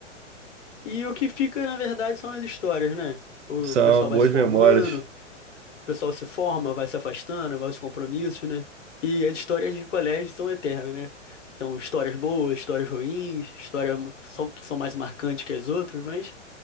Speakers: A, on the left (about 75°); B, on the right (about 70°).
A: E o que fica, na verdade, são as histórias, né? O
B: São
A: pessoal
B: boas
A: vai se formando,
B: memórias.
A: o pessoal se forma, vai se afastando, vai aos compromissos, né? E as histórias de colégio são eternas, né? Então, histórias boas, histórias ruins, histórias só que são mais marcantes que as outras, mas